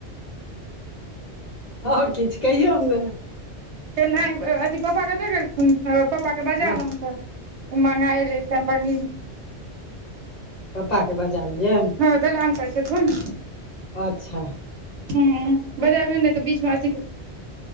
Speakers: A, on the left (about 40°); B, on the right (about 80°).
A: आओर किछु कहियौ ने
B: तेनाहि अथी पापा कतऽ गेलखुन पप्पाके बजा
A: हँ
B: लहुँन तऽ मँगाए लैते पनीर
A: पप्पाके बजा लियनि
B: हँ ओ दलान पर छथुन
A: अच्छा
B: हूँ बजाबहो नहि तऽ बीच में अथी कऽ